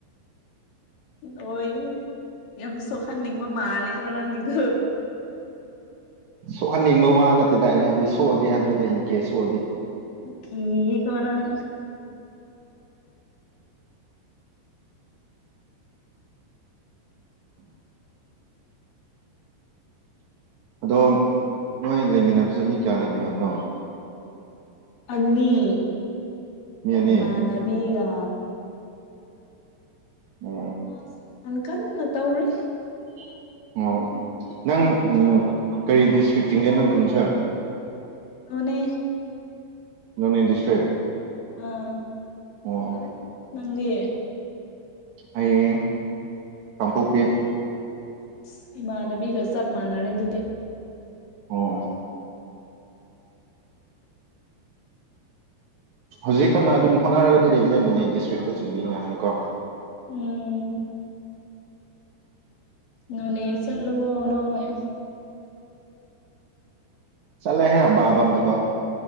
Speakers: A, on the left; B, on the right.
A: ꯂꯣꯢꯔꯦꯍꯦ ꯌꯥꯝ ꯁꯣꯛꯍꯟꯅꯤꯡꯕ ꯃꯥꯟꯂꯦ ꯅꯪꯒꯤꯗꯨ
B: ꯁꯣꯛꯍꯟꯅꯤꯡꯕ ꯋꯥ ꯅꯠꯇꯦꯗ ꯑꯩꯅ ꯍꯥꯏꯕꯗꯤ ꯁꯣꯛꯑꯗꯤ ꯍꯥꯏꯕꯅꯤꯗ ꯏꯟ ꯀꯦꯁ ꯁꯣꯛꯑꯗꯤ
A: ꯀꯤꯌꯦꯀꯣ ꯅꯪ
B: ꯑꯗꯣ ꯅꯣꯏ ꯂꯩꯃꯤꯟꯅꯕꯁꯦ ꯃꯤ ꯀꯌꯥ ꯂꯩꯃꯤꯟꯅꯕꯅꯣ
A: ꯑꯅꯤ
B: ꯃꯤ ꯑꯅꯤ
A: ꯏꯃꯥ ꯅꯕꯤꯒ
B: ꯎꯝ
A: ꯃꯥꯁꯨ ꯐꯣꯟ ꯀꯟꯅ ꯇꯧꯔꯦ
B: <inaudible> ꯑꯣ ꯅꯪ ꯎꯝ ꯀꯔꯤ ꯗꯤꯁꯇ꯭ꯔꯤꯛ ꯆꯤꯡꯒꯦ ꯅꯣꯏ ꯈꯨꯟꯁꯦ
A: ꯅꯣꯅꯦ
B: ꯅꯣꯟꯅꯦ ꯗꯤꯁꯇ꯭ꯔꯤꯛ
A: ꯑꯥ
B: ꯑꯣ
A: ꯅꯪꯗꯤ
B: ꯑꯩ ꯀꯥꯡꯄꯣꯛꯄꯤ꯫
A: ꯑꯁ ꯏꯃꯥꯟꯅꯕꯤꯒ ꯆꯞ ꯃꯥꯟꯅꯔꯦ ꯑꯗꯨꯗꯤ꯫
B: ꯑꯣ꯫ ꯍꯧꯖꯤꯛ ꯀꯟꯅ ꯑꯗꯨꯝ ꯍꯣꯠꯅꯔꯒꯗꯤ ꯂꯩꯕꯅꯦ ꯅꯣꯅꯦ ꯗꯤꯁꯇ꯭ꯔꯤꯛꯇ ꯆꯤꯡꯕꯤꯅꯤ ꯍꯥꯥꯏꯅ ꯀꯣ꯫
A: ꯎꯝ꯫ ꯅꯣꯅꯦ ꯆꯠꯂꯕꯣ ꯅꯣꯏ꯫
B: ꯆꯠꯂꯦꯍꯦ ꯕꯥꯕꯝꯇꯀꯣ